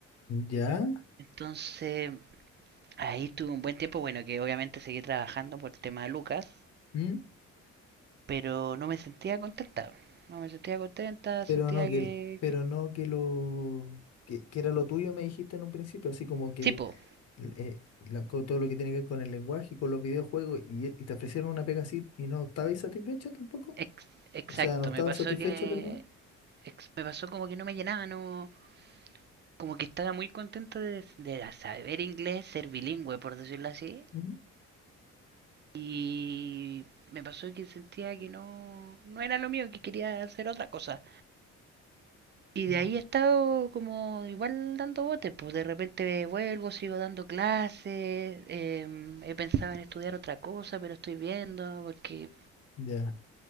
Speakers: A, on the left; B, on the right.
A: ya.
B: Entonces ahí estuve un buen tiempo, bueno, que obviamente seguí trabajando por el tema de Lucas,
A: ¿Mm?
B: pero no me sentía contenta. No me sentía contenta,
A: Pero
B: sentía
A: no
B: que...
A: que, pero
B: que...
A: no que lo que, que era lo tuyo me dijiste en un principio, así como que
B: Sí, po,
A: eh, la- con todo lo que tiene que ver con el lenguaje y con los videojuegos y, eh, y te ofrecieron una pega así y no estabas satisfecha tampoco.
B: ex- exacto,
A: O sea, no estabas
B: me pasó
A: satisfecha,
B: que...
A: perdón.
B: ex- me pasó como que no me llenaba, no como que estaba muy contento de, de saber inglés, ser bilingüe, por decirlo así.
A: Ujú.
B: Y me pasó que sentía que no, no era lo mío, que quería hacer otra cosa. Y
A: Ujú.
B: de ahí he estado como igual dando botes, pues de repente vuelvo, sigo dando clases, eh, he pensado en estudiar otra cosa, pero estoy viendo, porque
A: Ya.